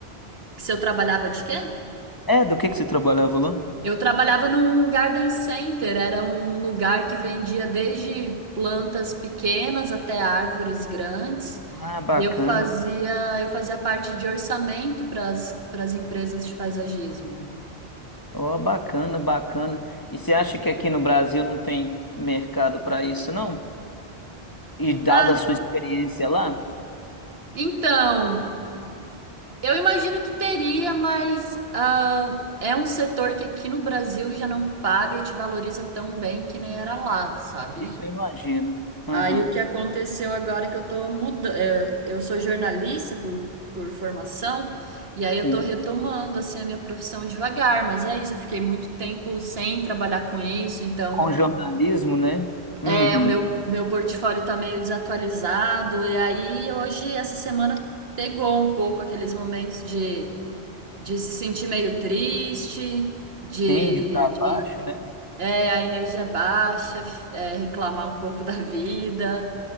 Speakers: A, on the right; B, on the left.
A: Se eu trabalhava de quê?
B: É, do que que você trabalhava lá?
A: Eu trabalhava num garden center, era um lugar que vendia desde plantas pequenas até árvores grandes.
B: Ah, bacana.
A: E eu fazia, eu fazia parte de orçamento para as empresas de paisagismo.
B: Ó, bacana, bacana. E você acha que aqui no Brasil não tem mercado para isso, não? E dada
A: Ah,
B: a sua experiência lá?
A: então, eu imagino que teria, mas ah, é um setor que aqui no Brasil já não paga e te valoriza tão bem que nem era lá, sabe?
B: Isso eu imagino. Aham,
A: Aí o que aconteceu agora é que eu tô mudando, eu, eu sou jornalista por, por formação, e aí eu
B: sim.
A: tô retomando assim a minha profissão devagar, mas é isso, eu fiquei muito tempo sem trabalhar com isso, então
B: Com jornalismo, né? Uhum.
A: é, o meu, meu portfólio tá meio desatualizado, e aí hoje, essa semana, pegou um pouco aqueles momentos de, de se sentir meio triste, de,
B: Sim, de para
A: de
B: baixo, né?
A: é, a energia baixa, f- é, reclamar um pouco da vida.